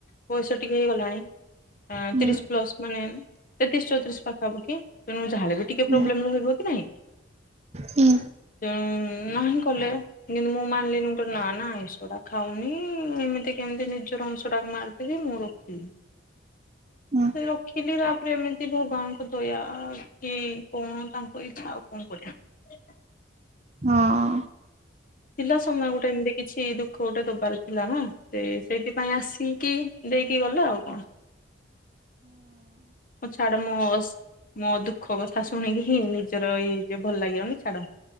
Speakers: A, on the left; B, on the right.
A: ପଇସା ଟିକେ ହେଇଗଲାଣି।
B: ହୁଁ
A: ତିରିଶ ପ୍ଲସ ମାନେ ତେତିଶ ଚଉତିରିଶ ପାଖାପ କି। କଣ ଯାହା ହେଲେ ବି ଟିକେ
B: ହୁଁ
A: ପ୍ଲୋବବେମ ରହିବ ନା ନାହିଁ
B: ହୁଁ
A: ତେଣୁ ନାହିଁ କଲେ କିନ୍ତୁ ମୁଁ ମାନିଲିନି ଗୋଟେ ନା ନା ଏଟା ଖାଉନି ଏମିତି କେମିତି ନିଜର ଅଂଶ ଟାକୁ ମାର ସେ ମୁଁ ରଖିବି
B: ହୁଁ
A: ସେ ରଖିଲି। ଏମିତି ଭଗବାନଙ୍କୁ ଦୟ କି କଣ ତାଙ୍କ ଇଛା ଆଉ କଣ କରିବା।
B: ହଁ
A: ଥିଲା ସମୟ ଗୋଟେ ଏମିତି କିଛି ଦୁଃଖ ଗୋଟେ ଦବାର ଥିଲା ନା ସେ ସେଇଥିପାଇଁ ଆସ ପିଙ୍କି ଦେଇକି ଗଲା ଆଉ। <inaudible> ମୁ ଚାଡ଼ ମୁ ମୋ ଦୁଃଖ କଥା ଶୁଣିକି ହିଁ ନିଜର ଏଇ ଯ ଭଲ ଲାଗିବନି। ଛାଡ